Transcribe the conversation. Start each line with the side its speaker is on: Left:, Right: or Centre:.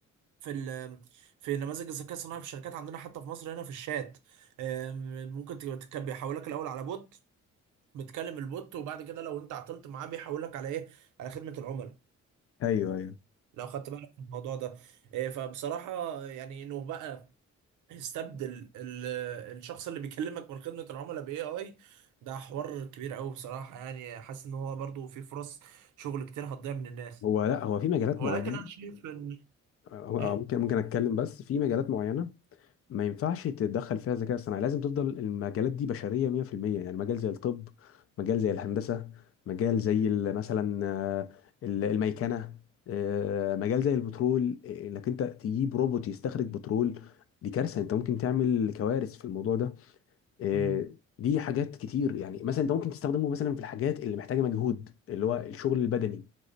Right: في ال في نماذج الذكاء الصناعي في الشركات عندنا حتى في مصر هنا في الشات أم، ممكن تبقى تك- بيحولك الأول على بوت بتكلم البوت وبعد كده لو انت عطلت معاه بيحولك على ايه على خدمة العملاء
Left: ايوه ايوه
Right: لو خدت بالك من الموضوع ده إيه، فبصراحة يعني انه بقى يستبدل ال- الشخص اللي بيكلمك من خدمة العملاء باي اي ده حوار كبير قوي بصراحة يعني حاسس ان هو برضو في فرص شغل كتير هتضيع من الناس
Left: هو لا هو في مجالات
Right: ولكن
Left: معينه
Right: انا شايف ان
Left: هو-
Right: ايه
Left: ممكن ممكن اتكلم بس في مجالات معينه ما ينفعش تتدخل فيها الذكاء الصناعي لازم تفضل المجالات دي بشرية 100% يعني مجال زي الطب مجال زي الهندسة مجال زي ال- مثلا آه، ال- الميكنة آه، مجال زي البترول آه، انك انت تجيب روبوت يستخرج بترول دي كارثة انت ممكن تعمل كوارث في الموضوع ده آه،
Right: مم.
Left: دي حاجات كتير يعني مثلا انت ممكن تستخدمه مثلا في الحاجات اللي محتاجه مجهود اللي هو الشغل البدني